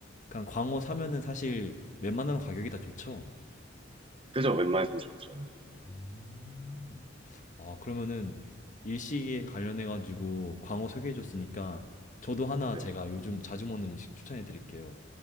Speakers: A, on the left; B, on the right.
A: 그냥 광어 사면은 사실 웬만하면 가격이 다 좋죠.
B: 그죠? 웬만해선 좋죠.
A: 음. 아, 그러면은 일식에 관련해가지고 광어 소개해줬으니까 저도 하나
B: 네.
A: 제가 요즘 자주 먹는 음식 추천해드릴게요.